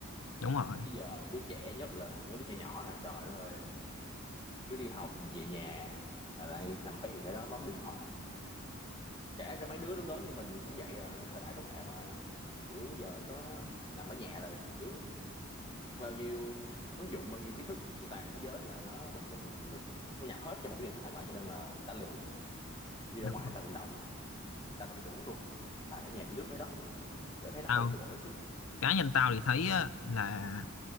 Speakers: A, on the left; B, on the left.
A: đúng rồi
B: chứ giờ giới trẻ nhất là mấy đứa nhỏ nhỏ nè trời đất ơi cứ đi học về nhà là lại nằm y ra đó bấm điện thoại trẻ cho mấy đứa lớn lớn như mình cũng vậy à, thời đại công nghệ mà kiểu giờ có nằm ở nhà là kiểu bao nhiêu ứng dụng bao nhiêu kiến thức trên toàn thế giới là nó mình mình mình mình được thu nhập hết cho một cái điện thoại mà cho nên là người ta lười đi ra
A: đúng.
B: ngoài người ta vận động người ta tập dụng luôn tại ở nhà lướt mấy đó không à Chị thấy nó
A: tao
B: hơi vô bổ xíu
A: cá nhân tao thì thấy á, là